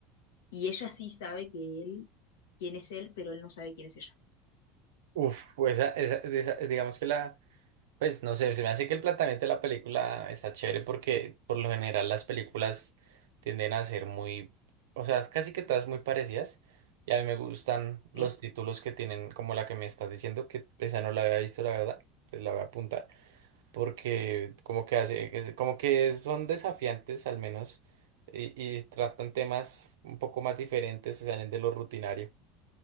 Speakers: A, on the left; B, on the right.
A: Y ella sí sabe que él, quién es él, pero él no sabe quién es ella.
B: uf, pues esa- esa- esa- digamos que la, pues no sé, se me hace que el planteamiento de la película está chévere porque por lo general las películas tienden a ser muy, o sea, casi que todas muy parecidas. Y a mí me gustan los
A: Sí,
B: títulos que tienen, como la que me estás diciendo, que esa no la había visto, la verdad, pues la voy a apuntar. porque como que hace, es- como que son desafiantes al menos y, y tratan temas un poco más diferentes, se salen de lo rutinario.